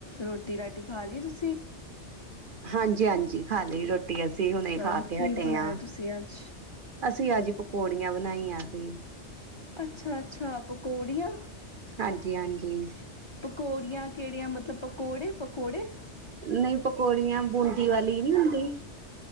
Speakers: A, on the left; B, on the right.
A: ਰੋਟੀ ਰਾਟੀ ਖਾ ਲਈ ਤੁਸੀਂ
B: ਹਾਂਜੀ ਹਾਂਜੀ ਖਾ ਲਈ ਰੋਟੀ ਅਸੀਂ ਹੁਣੇ
A: ਅੱਛਾ
B: ਖਾ ਕੇ
A: ਕੀ
B: ਹਟੇ
A: ਬਣਾਇਆ
B: ਹ
A: ਤੁਸੀਂ ਅੱਜ
B: ਅਸੀਂ ਅੱਜ ਪਕੌੜੀਆਂ ਬਣਾਈਆਂ ਸੀ
A: ਅੱਛਾ ਅੱਛਾ ਪਕੌੜੀਆਂ
B: ਹਾਂਜੀ ਹਾਂਜੀ
A: ਪਕੌੜੀਆਂ ਕਿਹੜੀਆਂ ਮਤਲਬ ਪਕੌੜੇ ਪਕੌੜੇ
B: ਨਹੀਂ ਪਕੌੜੀਆਂ ਬੂੰਦੀ ਵਾਲੀ ਨਹੀਂੀ ਹੁੰਦੀ